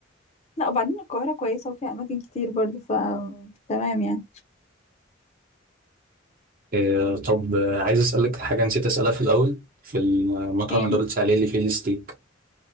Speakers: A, on the left (about 35°); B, on the right (about 45°).
A: لا وبعدين القاهره كويسه وفيها اماكن كتير برضه ف تمام يعني
B: إيه طب آه، عايز اسالك حاجه نسيت اسالها في الاول في المطعم
A: ايه
B: اللي قلت عليه اللي فيه الستيك